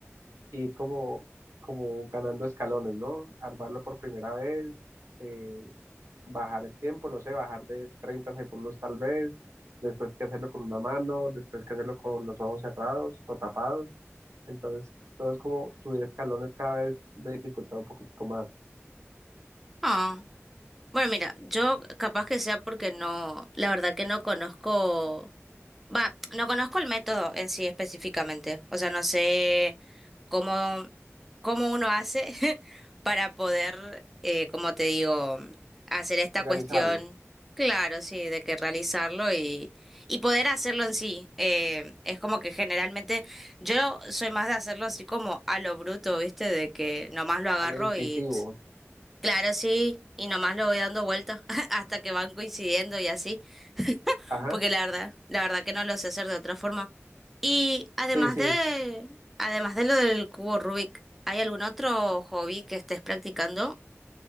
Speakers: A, on the right (about 75°); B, in the centre.
A: ir como, como ganando escalones, ¿no? Armarlo por primera vez. eh, bajar el tiempo, no sé, bajar de 30 segundos tal vez, después que hacerlo con una mano, después que hacerlo con los ojos cerrados o tapados. Entonces, todo es como subir escalones cada vez de dificultad un poquito más.
B: Ah, Bueno, mira, yo capaz que sea porque no, la verdad que no conozco Va, no conozco el método en sí específicamente, o sea, no sé cómo, cómo uno hace <laughs> para poder, eh, como te digo, hacer esta
A: Organizarlo,
B: cuestión, claro, sí, de que realizarlo y, y poder hacerlo en sí. Eh, es como que generalmente yo soy más de hacerlo así como a lo bruto, ¿viste? De que nomás lo agarro
A: a lo intuitivo.
B: y, tss, claro, sí, y nomás lo voy dando vueltas <laughs> hasta que van coincidiendo y así
A: Ajá,
B: porque la verdad, la verdad que no lo sé hacer de otra forma. Y además
A: sí, sí.
B: de, además de lo del cubo Rubik, ¿hay algún otro hobby que estés practicando?